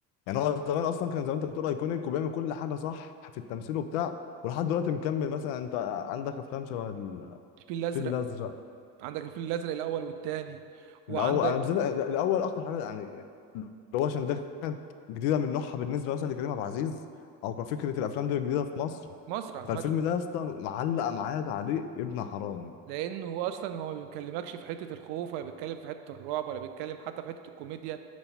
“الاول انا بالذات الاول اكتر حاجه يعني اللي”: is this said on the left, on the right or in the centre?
Left